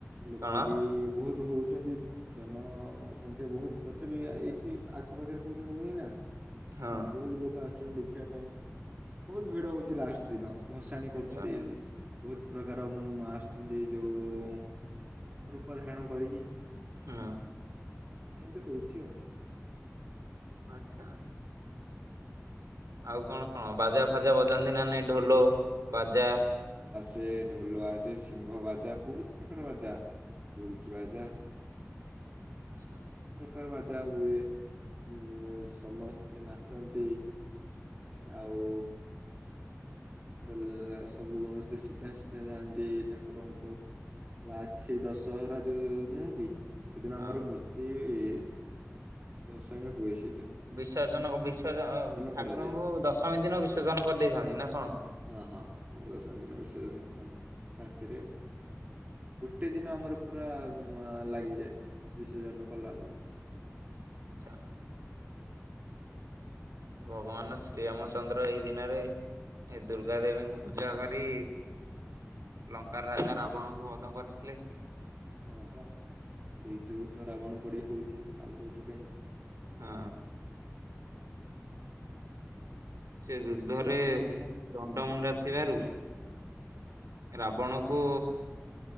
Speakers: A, on the right; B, on the right.
A: ଲୋକ
B: କଣ
A: ବି ବହୁତ କୁ ହଉଛନ୍ତି ଜନସଂଖ୍ୟା ବହୁତ ତଥାପି ଏଇଠି ଆଖପାଖରେ କୋଉଠି ହଉନି ନା
B: ହଁ
A: ବହୁତ ଲୋକ ଆସ ଚନ୍ତି ଦେଖିବା ପାଇଁ ବହୁତ ଭିଡ଼ ହଉଛି ଲାଷ୍ଟ ଦିନ। ଭସାଣି କରୁଛନ୍ତି।
B: ଆଚ୍ଛା।
A: ବହୁତ ପ୍ରକାର ମ୍ ଆସୁଛନ୍ତି ଯୋଉଁ ରୂପ ଧାରଣ କରିକି
B: ହଁ।
A: ଏମିତିନ ହଉଛି ଆଉ
B: ଆଚ୍ଛା। ଆଉ କଣ କଣ ବାଜା ଫାଜା ବଜାନ୍ତି ନା ଏ ଢୋଲ ବାଜା
A: ସେ ଢୋଲ ଆସେ ସିଂହ ବାଜା ବହୁତ ପ୍ରକାର ବାଜା ଢୁଳକି ବାଜା
B: ଆଚ୍ଛା।
A: କାର ବାଜା ହୁଏ ଉ ସମସ୍ତେ ନାଚନ୍ତି ଆଉ ଏପ୍ର ସବୁ ସମସ୍ତେ ସିଧା ସିଧା ଯାଆନ୍ତି ଠାକୁରଙ୍କୁ ଲାଷ୍ଟ ସେଇ ଦଶହରା ଯୋଉ ନୁହଁ କି ସେଦିନ
B: ହଁ।
A: ଆମର ମୂର୍ତ୍ତି ଏ ବଷାଣ ହୁଏ ସେ
B: ବିସର୍ଜନ ବିସର୍ଜନ ଠାକୁରଙ୍କୁ
A: କରାଯାଏ।
B: ଦଶମୀ ଦିନ ବିସର୍ଜନ କରିଦେଇଥାନ୍ତି। ନା କଣ?
A: ହଁ ହଁ ଆମର ଦଶମୀ ଦିନ ବିସର୍ଜନ କରନ୍ତି। ରାତିରେ ଗୋଟେ ଦିନ ଆମର ପୁରା ଲାଗିଯାଏ ବିସର୍ଜନ କଲାବେଳୁ
B: ଆଚ୍ଛା। ଭଗବାନ ଶ୍ରୀରାମଚନ୍ଦ୍ର ଏଇ ଦିନରେ ଏ ଦୁର୍ଗା ଦେବୀଙ୍କୁ ପୂଜା କରି ଲଙ୍କାର ରାଜା ରାବଣଙ୍କୁ ବଧ କରିଥିଲେ।
A: ହଁ ପା ସେଇ ଯୋଗୁଁ ତ ରାବଣ ପୋଡି ହଉଛି ଆଉ କହୁଛି କାହିଁକି
B: ହଁ। ସେ ଯୁଦ୍ଧରେ
A: ଏମିତି ଚାଲିଲେ ଭଲ
B: ଦଣ୍ଡ ମୁୁଣ୍ଡା ଥିବାରୁ ରାବଣ କୁ